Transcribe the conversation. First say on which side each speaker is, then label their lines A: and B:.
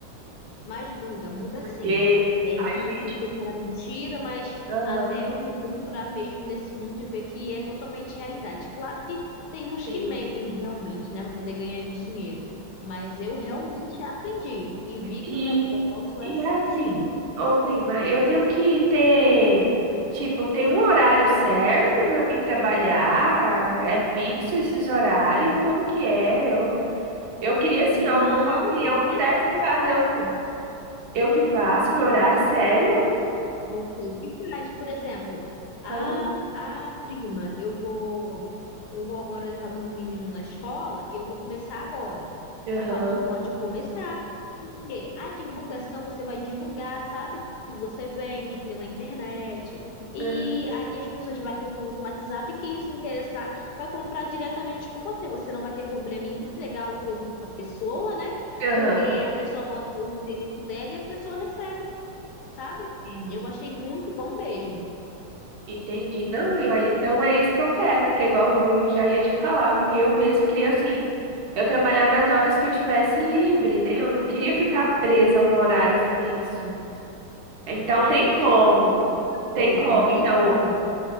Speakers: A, on the left (about 75°); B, on the right (about 70°).
A: Mas muda, muda
B: porque
A: sim. E aí
B: a
A: eu
B: gente,
A: pensei que era mentira, mas
B: aham,
A: até eu me aventurar mesmo nesse mundo e ver que é totalmente realidade. Claro que tem uns
B: sim,
A: que mentem realmente, né, para poder ganhar dinheiro. Mas eu realmente aprendi e vi
B: sim.
A: que o negócio é
B: E
A: certinho.
B: assim, ô prima, eu tenho que ter, tipo, tem um horário certo pra mim trabalhar? É fixo esses horários? Como que é? Eu, eu queria, assim,
A: Não,
B: alguma coisa que
A: você
B: eu pudesse
A: faz o
B: fazer.
A: seu horário.
B: Eu, eu que faço meu horário, sério?
A: Você que faz, por exemplo, a,
B: Ah,
A: a prima, eu vou eu vou agora levar meu menino na escola e eu vou começar agora.
B: Aham,
A: Eu falo, não, pode começar. Porque a divulgação você vai divulgar, sabe? Que você vende pela internet. E
B: aham,
A: ali as pessoas vão acessar o WhatsApp e quem se interessar vai comprar diretamente com você. Você não vai ter problema em entregar o produto para a pessoa, né?
B: aham.
A: Porque a pessoa bota o endereço dela e a pessoa recebe sabe?
B: Sim.
A: Eu achei muito bom mesmo.
B: Entendi. Não, Will, aí então é isso que eu quero, porque igual eu já ia te falar, porque eu mesmo queria assim, eu trabalhar nas horas que eu tivesse livre, né? Eu não queria ficar presa a um horário fixo. Então
A: É,
B: tem
A: não
B: como,
A: tem como a gente ficar presa,
B: tem como.
A: não tem
B: Então,
A: como.